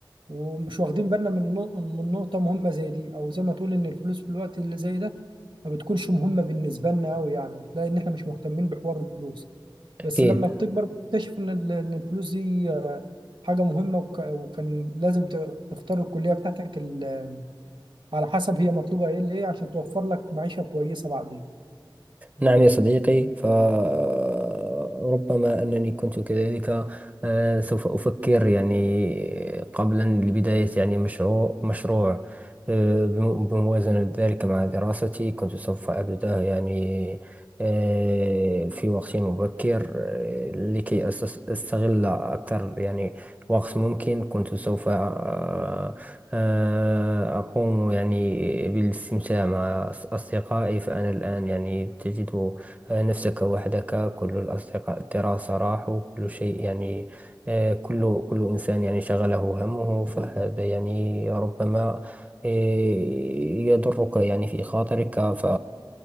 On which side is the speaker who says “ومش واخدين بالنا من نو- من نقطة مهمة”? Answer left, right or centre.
Right